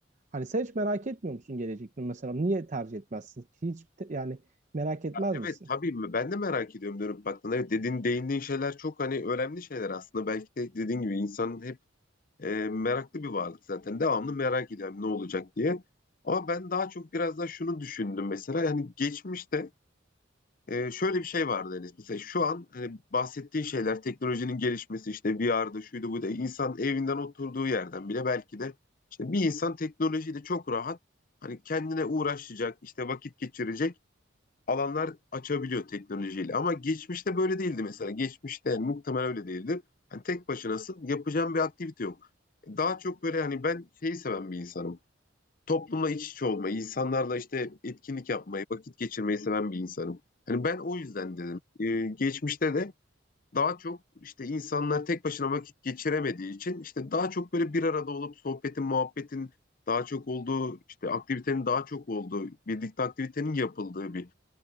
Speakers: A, on the right; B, on the left.
A: Hani sen hiç merak etmiyor musun gelecekte mesela? Niye tercih etmezsin? Hiç te- yani merak etmez
B: Evet
A: misin?
B: tabii mi? ben de merak ediyorum dönüp baktığında. Evet dediğin değindiğin şeyler çok hani önemli şeyler aslında. Belki de dediğin gibi insanın hep E, meraklı bir varlık zaten. Devamlı merak ediyorum ne olacak diye. Ama ben daha çok biraz daha şunu düşündüm mesela. Yani geçmişte e, şöyle bir şey vardı Enes. Mesela şu an hani bahsettiğin şeyler teknolojinin gelişmesi işte VR'da şuydu bu da insan evinden oturduğu yerden bile belki de işte bir insan teknolojiyle çok rahat hani kendine uğraşacak işte vakit geçirecek alanlar açabiliyor teknolojiyle. Ama geçmişte böyle değildi mesela. Geçmişte yani muhtemelen öyle değildi. Hani tek başınasın, yapacağın bir aktivite yok. Daha çok böyle hani ben şeyi seven bir insanım. Toplumla iç içe olmayı, insanlarla işte etkinlik yapmayı, vakit geçirmeyi seven bir insanım. Hani ben o yüzden dedim. Ee, geçmişte de daha çok işte insanlar tek başına vakit geçiremediği için işte daha çok böyle bir arada olup sohbetin, muhabbetin daha çok olduğu, işte aktivitenin daha çok olduğu, birlikte aktivitenin yapıldığı bir